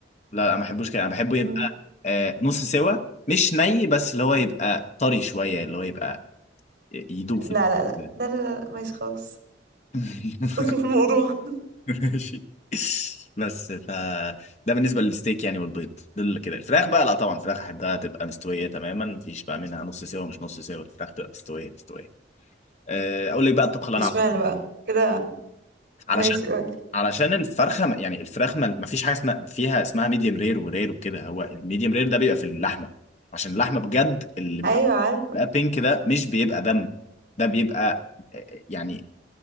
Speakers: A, on the left; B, on the right.
A: لا لا ما بحبوش كده انا بحبه
B: مم.
A: يبقى آه نص سوا مش ني بس اللي هو يبقى طري شويه اللي هو يبقى ي- يدوب
B: لا
A: في ال-
B: لا لا لا لا لا لا، ماشي خلاص
A: <laughs>
B: اصل في الموضوع
A: ماشي بس ف ده بالنسبه للستيك يعني والبيض دول كده الفراخ بقى لا طبعا الفراخ احبها تبقى مستويه تماما مفيش بقى منها نص سوا مش نص سوا الفراخ تبقى مستويه مستويه آه، اقول لك بقى الطبخه اللي
B: اشمعنى
A: انا عملتها
B: بقى كده
A: علشان
B: ماشي قولي
A: علشان الفرخه م- يعني الفراخ ما ما فيش حاجه اسمها فيها اسمها ميديوم رير ورير وكده هو الميديوم رير ده بيبقى في اللحمه عشان اللحمه بجد اللي بيبقى
B: ايوه عارفه
A: بقى بينك ده مش بيبقى دم ده بيبقى آه، يعني